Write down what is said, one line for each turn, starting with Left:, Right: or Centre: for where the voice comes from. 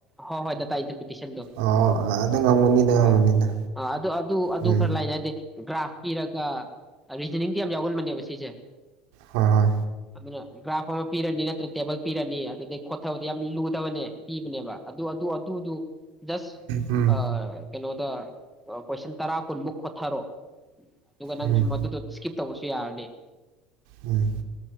Centre: ꯍꯣꯏ ꯍꯣꯏ ꯗꯇꯥ ꯏꯟꯇꯔꯄꯤꯇꯤꯁꯟꯗꯣ
Right: ꯑꯣ ꯑꯗ ꯉꯝꯒꯅꯤꯗ
Centre: ꯑꯣ
Right: ꯉꯝꯒꯅꯤꯗ
Centre: ꯑ ꯑꯗꯨ ꯑꯗꯨ ꯑꯗꯨ
Right: ꯎꯝ
Centre: ꯈꯔ ꯂꯩꯅꯦ ꯍꯥꯏꯗꯤ꯭ꯔꯥ ꯇꯥꯛꯄꯤꯔꯒ ꯔꯤꯖꯅꯤꯡꯗꯤ ꯌꯥꯝ ꯌꯥꯎꯒꯟꯕꯅꯦꯕ ꯁꯤꯁꯦ
Right: ꯍꯣꯏ ꯍꯣꯏ
Centre: ꯑꯗꯨꯅ ꯒ꯭ꯔꯥꯐ ꯑꯃ ꯄꯤꯔꯅꯤ ꯅꯠꯇ꯭ꯔ ꯇꯦꯕꯜ ꯄꯤꯔꯅꯤ ꯑꯗꯨꯗꯒꯤꯩ ꯈꯣꯊꯕꯗꯤ ꯌꯥꯝ ꯂꯨꯗꯕꯅꯦ ꯄꯤꯕꯅꯦꯕ ꯑꯗꯨ ꯑꯗꯨ ꯑꯗꯨ ꯑꯗꯨ ꯁ
Right: ꯎꯝ
Centre: ꯑ ꯀꯩꯅꯣꯗ ꯀꯣꯏꯁꯟ ꯇꯔꯥ ꯀꯨꯟꯃꯨꯛ ꯈꯣꯊꯔꯣ ꯑꯗꯨꯒ ꯅꯪ
Right: ꯎꯝ
Centre: ꯁꯨꯝꯃ ꯃꯗꯨꯀꯤꯞ ꯇꯧꯕꯁꯨ ꯌꯥꯔꯅꯤꯦ
Right: ꯎꯝ